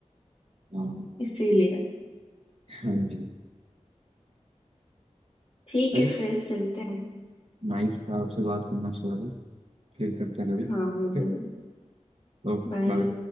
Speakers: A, on the right (about 55°); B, on the left (about 50°).
A: हाँ
B: इसीलिए
A: हाँ जी
B: ठीक
A: चलो
B: है फिर चलते हैं
A: नाइस था आपसे बात करना अच्छा लगा फिर करते हैं कभी
B: हाँ मुझे
A: Okay
B: भी
A: okay
B: बाय
A: bye